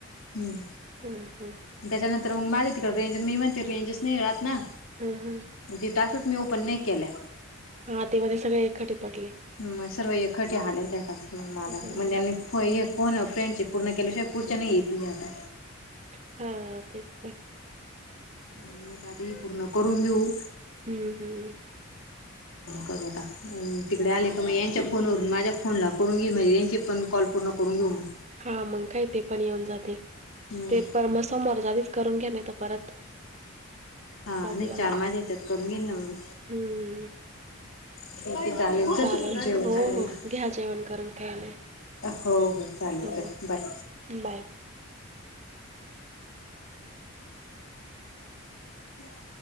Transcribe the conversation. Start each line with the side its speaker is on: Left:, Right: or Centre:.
Left: हम्म
Right: ह, ह.
Left: त्याच्यानंतर मग माझ्या तिकडे रेंज, मी म्हणते रेंजस नाही राहत ना.
Right: हं हं.
Left: ते टासच मी ओपन नाही केल्या.
Right: हा ते मध्ये सगळे एकखटी पडले.
Left: म सर्व एकखटी आले. त्या टास्क म मला.
Right: हं
Left: म त्यांनी हो हे, फोन अ फ्रेंडचे पूर्ण केल्याशिवाय. पुढच्या नाही येतीय आता.
Right: हा, तेच तर.
Left: म्हटलं आता. हे पूर्ण करून घेऊ.
Right: हं हं
Left: करु आता. तिकडे आले का मग यांच्या फोनवरून माझ्या फोनला करून घेईल. म्हणजे यांचे पण कॉल पूर्ण करून घेऊ मग.
Right: हा मग काय. ते पण येऊन जातील.
Left: हम्म
Right: ते पर म सोमवारच्या आदीच करून घ्या. नाही त परत
Left: हा.
Right: प्रॉब्लेम
Left: नाही चार माझ्या या्याच्यात करून घेईल ना म मी.
Right: हम्म.
Left: ठीके चालेल. चल
Right: चालेल.
Left: जेवण
Right: हो
Left: करायला
Right: हो घ्या जेवण करून. काही नाही.
Left: हो हो चालेल
Right: हो
Left: चल बाय.
Right: बाय
Left: <inaudible>